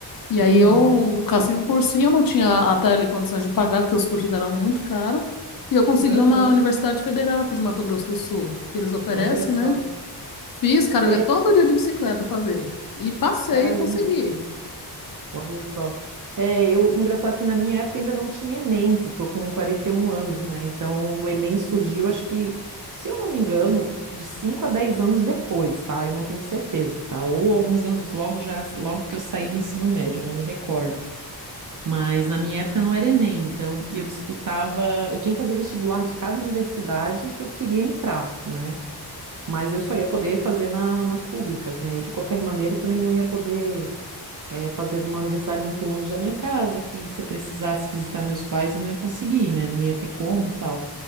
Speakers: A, on the left; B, on the right.
A: E aí
B: Uhum,
A: eu cassei um cursinho, eu não tinha até ali condições de pagar, porque os cursos eram muito caros. E eu consegui
B: aham,
A: um na Universidade Federal aqui de Mato Grosso do Sul, que eles oferecem,
B: Olha só.
A: né? Fiz, cara,
B: É,
A: eu ia todo dia de bicicleta fazer. E passei
B: caramba,
A: e consegui.
B: olha só. É, eu, engraçado que na minha época ainda não tinha Enem. Eu tô com 41 anos, né? Então o Enem surgiu, acho que, se eu não me engano, de 5 a 10 anos depois, tá? Eu não tenho certeza, tá? Ou alguns anos logo já, logo que eu saí do ensino médio, eu não me recordo. Mas na minha época não era Enem, então eu disputava, eu tinha que fazer o vestibular de cada universidade que eu queria entrar, né? Mas eu só ia poder fazer na- nas públicas, né? E de qualquer maneira eu também não ia poder eh, fazer numa universidade muito longe da minha casa, que se eu precisasse visitar meus pais eu não ia conseguir, né? Não ia ter como e tal.